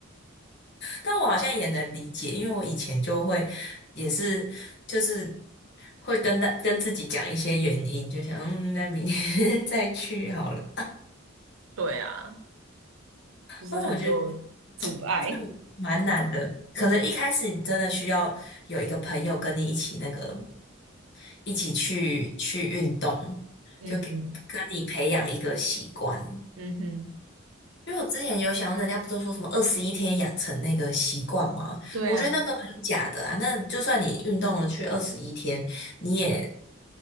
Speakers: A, on the left (about 55°); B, on the right (about 80°).
A: 但我好像也能理解，因为我以前就会也是就是会跟大跟自己讲一些原因，就想嗯，那明天 <laughs> 再去好了。
B: 对啊，就是很多阻碍。
A: 那我觉得就是蛮难的，可能一开始你真的需要有一个朋友跟你一起那个一起去去运动，
B: 嗯哼，
A: 就给跟你培养一个习惯。
B: 嗯哼，
A: 因为我之前有想到，人家不都说什么二十一天养成那个习惯吗？
B: 对啊。
A: 我觉得那个蛮假的啊。那就算你运动了去二十一天，你也